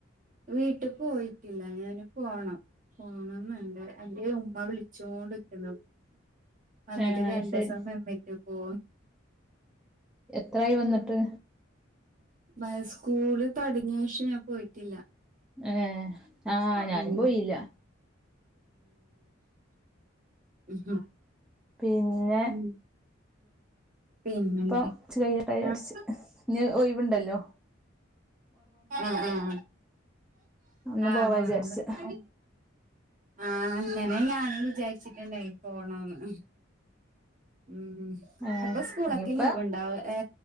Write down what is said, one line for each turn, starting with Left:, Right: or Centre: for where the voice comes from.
Right: വീട്ട് പോയിട്ടില്ല ഞാന് പോണം പോണന്ന്ണ്ട് എന്റെ ഉമ്മ വിളി ച്ചോണ്ട്ക്ക്ണ് വന്നിട്ട്
Centre: ഏഹ് അത്
Right: രണ്ടീസം
Centre: ശരി
Right: നിന്നിട്ട് പോ
Centre: എത്രായി വന്ന്ട്ട്
Right: ബാ സ്കൂള് തൊടങ്യേഷം ഞാൻ പോയിട്ടില്ല
Centre: ഏഹ് ആഹ് ഞാനും
Right: ഉം
Centre: പോയില്ല
Right: ഉം
Centre: പിന്നെ
Right: ഉം പിന്നെന്താ
Centre: ഇപ്പൊ ച്ച് കയ്യെട്ടെ വിചാരിച്ച്
Right: ആഹ്
Centre: ഇഞ്ഞ് ഒഴിവ്ണ്ടല്ലോ
Right: ആഹ് ആഹ്
Centre: അന്ന്
Right: ആഹ്
Centre: പോവാ
Right: മൊഹറം
Centre: വിചാരിച്ച്
Right: പത്ത് ആഹ് അങ്ങനെ ഞാനും വിചാരിച്ച്ട്ട്ണ്ടായി പോണോന്ന് ഉം
Centre: ഏ
Right: അപ്പൊ സ്കൂളൊക്കെ
Centre: ഇനിയിപ്പ
Right: ലീവ്ണ്ടാവോ ഏ